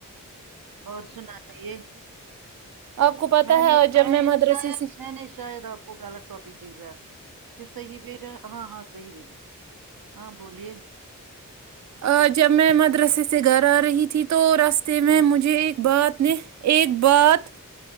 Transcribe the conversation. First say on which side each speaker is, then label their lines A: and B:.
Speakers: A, on the right (about 90°); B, on the right (about 55°).
A: اور سنے
B: آپ کو پتہ
A: میں
B: ہے
A: نے
B: آج جب
A: میں نے
B: مدرسے
A: شاید
B: سے
A: میں نے شاید آپ کو غالط ٹاپ بھیجا کہ صحی بھیجا ہاں ہاں صیح بھیجا ہاں بولیے
B: آ جب میں مدرسے سے گھر آ رہی تھی تو راستے
A: ہوں،
B: میں مجھے ایک بات اپنے ایک بات